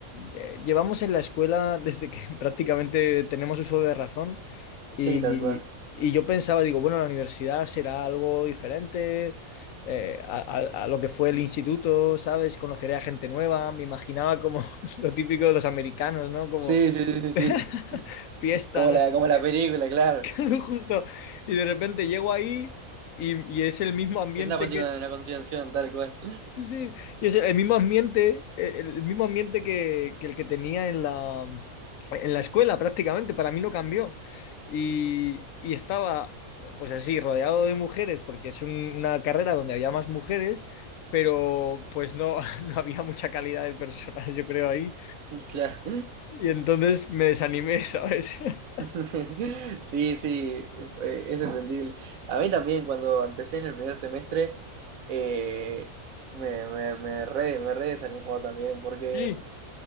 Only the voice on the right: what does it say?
Sí,
tal cual.
Sí, sí, sí, sí,
sí.
Como
la,
como
la película, claro.
Es una continuación,
una continuación, tal cual.
Mm, Claro.
<laughs> Sí, sí, eh, es entendible. A mí también, cuando empecé en el primer semestre, eh, me, me, me re, me re desanimó también, porque